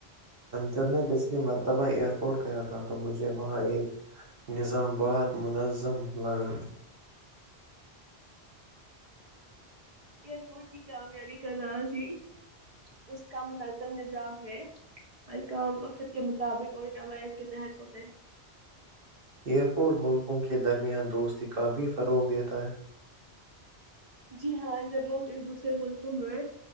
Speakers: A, on the right; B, on the right.
A: جب میں پچھلی مرتبہ ایئر پورٹ گیا تھا تو مجھے وہاں ایک <unintelligible> نظامباد منظم لگا <inaudible>
B: ایئرپورٹ کی کامیابی کا راز یہ اس کا منظم نظام ہے ہر کام وقت کے مطابق اور کیاواعد کے تحت ہوتا ہے
A: ایئر پورٹ ملکوں کے درمیان دوستی کا بھی فروغ دیتا ہے
B: جی ہاں جب لوگ ایک دوسرے ملکوں میں